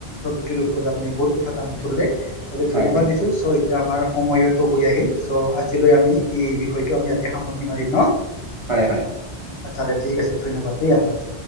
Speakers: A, on the left; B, on the right.
A: প্ৰকৃতিৰ ওপৰত আপুনি বহুত কথা দাঙি ধৰিলে। তাতে ধন্যবাদ
B: হয় হয়
A: দিছো চ' এতিয়া আমাৰ সময়তো হৈ আহিল চ' আজিলৈ আমি। ই বিষয়টো আমি ইয়াতে সামৰণি মাৰিম ন।
B: হয় হয়।
A: আচ্ছা দে ঠিক আছে ধন্যবাদ দেই আপোনাক ধ।